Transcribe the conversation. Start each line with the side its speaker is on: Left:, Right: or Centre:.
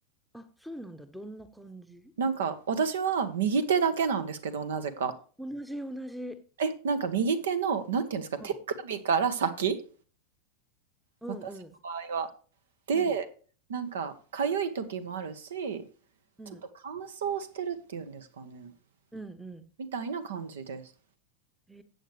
Centre: あ、そうなんだ、どんな感じ
Right: なんか私は右手だけなんですけど、なぜか。
Centre: 同じ同じ。
Right: え、なんか右手の、なんていうんですか、手首から先、
Centre: うんうんうん
Right: 私の場合は。で、
Centre: うん
Right: なんか痒い時もあるし、
Centre: うん
Right: ちょっと乾燥してるっていうんですかね、
Centre: うんう
Right: みたいな感じです。
Centre: ん。え